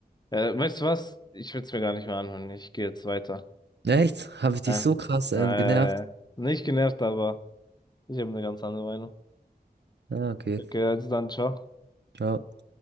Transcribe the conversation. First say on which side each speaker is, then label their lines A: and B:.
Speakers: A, on the left; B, on the right.
A: Äh, weißt du was? Ich will's mir gar nicht mehr anhören. Ich gehe jetzt weiter.
B: Echt? Habe ich dich
A: Äh,
B: so krass
A: äh,
B: ähm, genervt?
A: nicht genervt, aber ich habe eine ganz andere Meinung.
B: Ja, okay.
A: Okay, also dann, ciao.
B: Ciao.